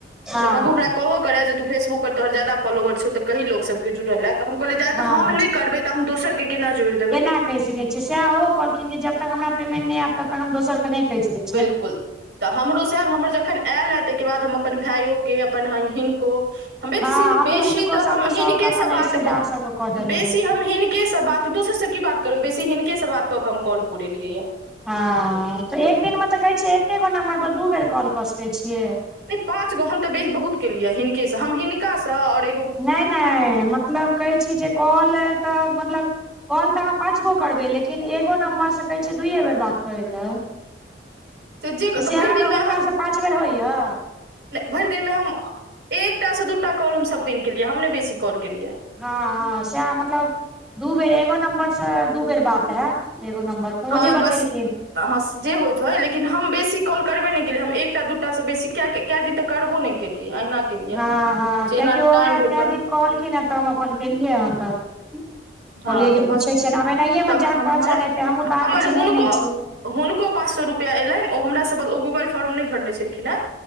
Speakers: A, in the centre; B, on the right.
A: हँ
B: तऽ बन्धु हमरा कहब करए जे त फेसबुक पर तोहर जादा फोलवरौ तऽ लोकसभके जुड़लत तऽ हम कहले जाय
A: हँ
B: तऽ हम
A: हँ
B: नहि करबे त हम दोसर केना जोड़ देब
A: केना क सक छ छी सह ओहो कहलखिन जे जब तक हमरा पेमेंट नइ आयब तब तक हम दोसर के नहि के स
B: बिलकुल तऽ हमरो सब हमर जखन आयल हए तहिके बाद हम अपन भायइयोे अपन ए हनको बेची
A: हँ हमहूँ
B: बेसी
A: हिनको
B: तऽ
A: सबके
B: हम हिनक
A: सबके अपन
B: से बात
A: रिश्तेदार
B: कऽ के
A: सबके कऽ देने
B: बेसी
A: रहियै
B: हमही हनके से बात दोसर से की बात करबइ बेसी हिनके से बात कऽ क हम कॉल पुरेलिय या
A: हँ तऽ एक दिनमे तऽ कहैत छियै एक् गो नम्बरपर दू बेर कॉल कऽ सकैत छियइ
B: नहि पाँच गहँ तऽ बेच बहुत केलियै हिनकेसँ हम हिनकासँ ओर
A: नय नहि मतलब कहै छी जे कॉल तऽ मतलब कॉल तऽ अहाँ पाँच गो करबै लेकिन एगो नम्बरसँ कहै छियै दुूइयए बेर बात करइ लए
B: जे
A: तऽ से
B: भरि
A: अहाँके
B: दिनमे
A: हुनकासँ
B: अहाँ
A: पाँच बेर होइया
B: नहि भैर दिन में हम एकटा से दू टा कॉल हम सभ दिन केलियै हम ने बेसी कॉल केलियै
A: हँ सएह मतलब दू बेर एगो नम्बरसँ दू बेर बात हैत एगो नम्बर पर
B: हँ
A: ओ जे
B: बस
A: बतेलखिन
B: तऽ अहाँ जे होइत हइ लेकिन हम बेसी कॉल करबइ नहि केलियै हम एकटा दूटाासँ बेसी कए कऽ कए दिन तऽ करबो नइ केलियै अहिना केलियै
A: हँ हँ
B: जेना
A: कियाकि ओ हमरा
B: टाइम भेटल
A: कए दिन कहलखिन हे तऽ हम अपन केलियै हं तक कहलियै
B: हँ तऽ
A: जे
B: बस
A: पूछ छियइ आब एनाहिएमे
B: तऽ
A: जान
B: हमर
A: पहचान हेतै हमूँ तऽ अहाँकेँ
B: हमर
A: चिन्हैत
B: हुनको
A: नैछी
B: हुनको पाँच सौ रुपैआ एयलन ओ हमरा सभके ओ गूगल फोर्म नय भरने छलखिन हेँ